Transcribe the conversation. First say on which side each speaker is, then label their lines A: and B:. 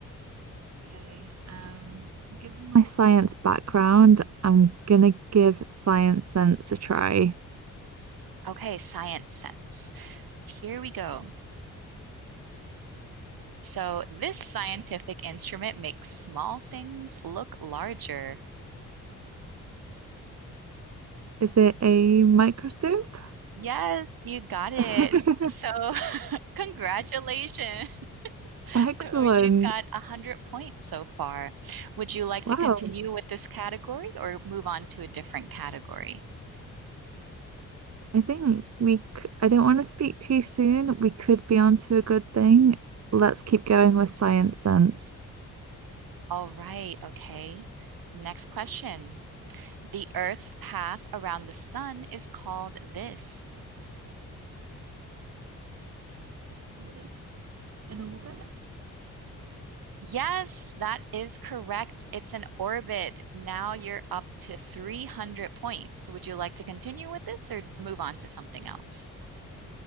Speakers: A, on the right; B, on the right.
A: Okay. Um, given my science background, I'm gonna give Science Sense a try.
B: Okay, science sense. Here we go. So this scientific instrument makes small things look larger.
A: Is it a microscope?
B: Yes, you got it.
A: <laughs>
B: So <laughs> congratulations.
A: Excellent.
B: So you got 100 points so far. Would you like to
A: Wow.
B: continue with this category or move on to a different category?
A: I think we, c- I don't want to speak too soon. We could be on to a good thing. Let's keep going with Science Sense.
B: All right, okay. Next question. The Earth's path around the sun is called this.
A: is it In orbit?
B: Yes, that is correct. It's an orbit. Now you're up to 300 points. Would you like to continue with this or move on to something else?